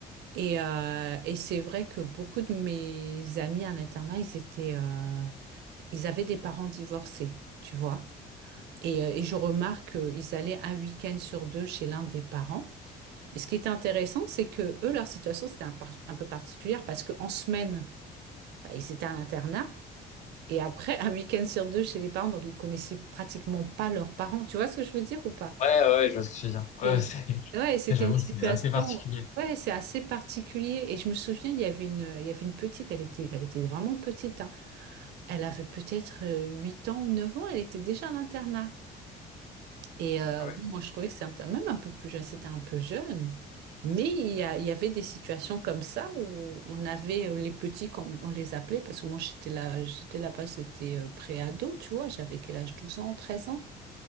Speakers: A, on the right (about 80°); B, on the left (about 45°).
A: Et, euh, et c'est vrai que beaucoup de mes amis à l'internat, ils étaient, euh, ils avaient des parents divorcés, tu vois. Et, euh, et je remarque qu'ils allaient un week-end sur deux chez l'un des parents. Et ce qui est intéressant, c'est que eux, leur situation, c'était un, par- un peu particulière parce qu'en semaine, bah, ils étaient à l'internat. Et après, un week-end sur deux chez les parents, donc ils connaissaient pratiquement pas leurs parents. Tu vois ce que je veux dire ou pas?
B: Ouais, ouais, je vois ce que tu veux dire. Ouais,
A: Et j-
B: c'est... <laughs>
A: ouais, c'était
B: J'avoue,
A: une situation,
B: c'est assez particulier.
A: ouais, c'est assez particulier. Et je me souviens, il y avait une, il y avait une petite, elle était, elle était vraiment petite, hein. Elle avait peut-être euh, 8 ans ou 9 ans, elle était déjà à l'internat. Et euh,
B: Ah ouais.
A: bon, moi, je trouvais que c'était un- même un peu plus jeune, c'était un peu jeune. Mais il y a- il y avait des situations comme ça où on avait euh, les petits, comme on les appelait, parce que moi, j'étais là, j'étais là-bas, c'était euh, pré-ado, tu vois, j'avais quel âge, Douze ans, 13 ans.